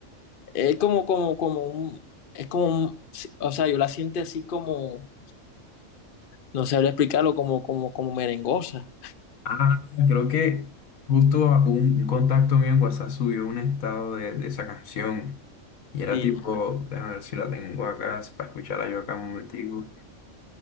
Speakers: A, on the left; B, on the left.
A: es como, como, como un, es como un, sí, o sea, yo la siento así como, no sabría explicarlo, como, como, como merengosa.
B: Ah, creo que justo a- un, un contacto mío en WhatsApp subió un estado de, de esa canción. Y era
A: Y
B: tipo, déjame ver si la tengo acá, para escucharla yo acá un momentico.